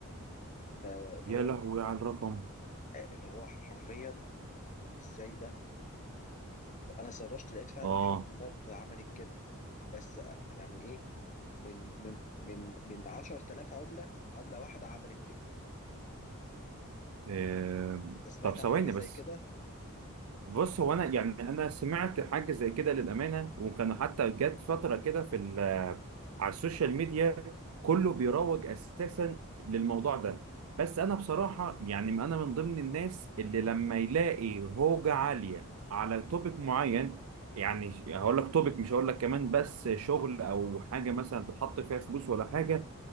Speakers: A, on the left; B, on the right.
A: فاللي
B: يا
A: هو
B: لهوي
A: أنا
B: على الرقم
A: اللي هو حرفيا إزاي ده أنا سرشت لقيت فعلا
B: آه
A: في عملات عملت كده بس يعني إيه من من من من 10000 عملة عملة واحدة عملت كده
B: إيه،
A: أنت سمعت
B: طب ثواني
A: عن حاجة زي
B: بس
A: كده
B: بص هو انا يعني انا سمعت حاجه زي كده للامانه وكانوا حتى جت فتره كده في ال- على السوشيال ميديا كله بيروج اساسا للموضوع ده بس انا بصراحه يعني انا من ضمن الناس اللي لما يلاقي هوجه عاليه على توبيك معين يعني هقول لك توبيك مش هقول لك كمان بس شغل او حاجه مثلا تتحط فيها فلوس ولا حاجه